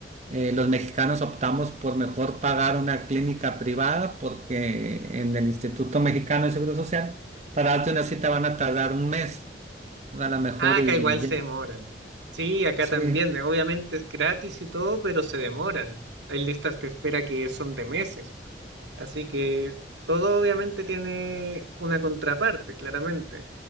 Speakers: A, on the right; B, on the right.
A: eh, los mexicanos optamos por mejor pagar una clínica privada porque en el Instituto Mexicano de Seguro Social, para darte una cita van a tardar un mes, entonces a lo mejor
B: Ah, acá
A: y
B: igual
A: ya.
B: se demoran. Sí, acá
A: Sí,
B: también, eh, obviamente es gratis y todo, pero se demoran. Hay listas de espera que son de meses. Así que todo obviamente tiene una contraparte, claramente.